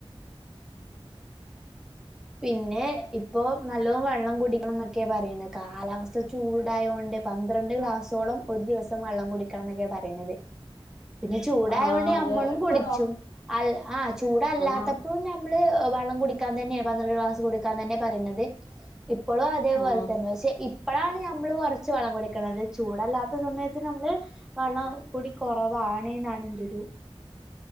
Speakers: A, in the centre; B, on the left.
A: പിന്നെ ഇപ്പൊ നല്ലോം വെള്ളം കുടി ക്കണന്നൊക്കെ പറീണെ കാലാവസ്ഥ ചൂടായോണ്ട് <unintelligible> ന്ത്രണ്ട് ഗ്ലാസോളം ഒരു ദിവസം വള്ളം കുടിക്കണം ന്നൊക്കെ പറീണത് പിന്നെ ചൂടായോണ്ട്
B: ആഹ് അതെ
A: ഞമ്മളും
B: ഇപ്പൊ
A: കുടിച്ചും
B: ഡോ
A: അല്ല ആഹ് ചൂടല്ലാത്തപ്പോ
B: ആഹ്
A: ഞ മ്മള് വള്ളം കുടിക്കാൻ തന്നെ പന്ത്രണ്ട് ക്ലാസ് കുടിക്കാൻ തന്നെ പറീണത് ഇപ്പൊളും അതേപോലെ
B: ആഹ്
A: തന്നെ പക്ഷെ ഇ ഇപ്പളാണ് ഞമ്മള് കൊറച്ച് വെള്ളം കുടിക്കണത് ചൂടല്ലാത്ത സമയത്ത് നമ്മള് വെള്ളം കുടി കൊറവാണ്ന്നാണ് എന്റൊരു